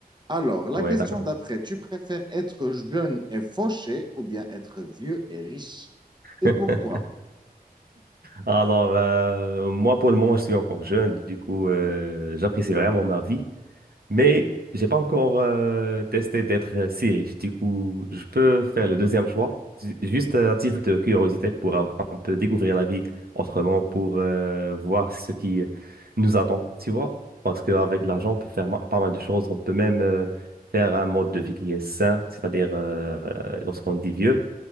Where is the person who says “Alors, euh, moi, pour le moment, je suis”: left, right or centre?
Right